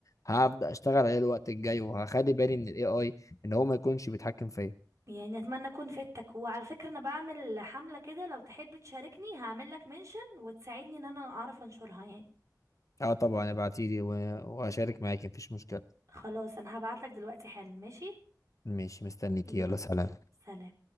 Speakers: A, on the left (about 50°); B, on the right (about 45°).
A: هبدا اشتغل عليها الوقت الجاي وهخلي بالي من الاي اي ان هو ما يكونش بيتحكم فيا
B: يعني اتمنى اكون فدتك وعلى فكرة انا بعمل حملة كده لو تحب تشاركني هعمل لك منشن وتساعدني ان انا اعرف انشرها يعني
A: اه طبعا ابعتيلي و- واشارك معاكي مفيش مشكلة
B: خلاص انا هبعت لك دلوقتي حالا ماشي
A: ماشي مستنيكي
B: يلا
A: يلا سلام
B: سلام